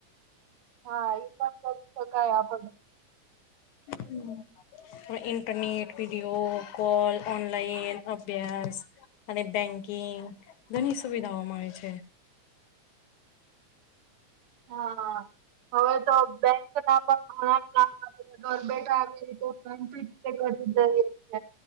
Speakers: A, on the right (about 65°); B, on the left (about 80°).
A: હા એ પણ કરી શકાય આપડે
B: હમ્મ આ ઇન્ટરનેટ વિડીયો કોલ ઓનલાઈન અભ્યાસ અને બેન્કિંગ ઘણી સુવિધાઓ મળે છે.
A: હા હવે તો બેંક ઘણા કામ આપ ઘર બેઠા આવી રીતે <unintelligible> કરી દઈએ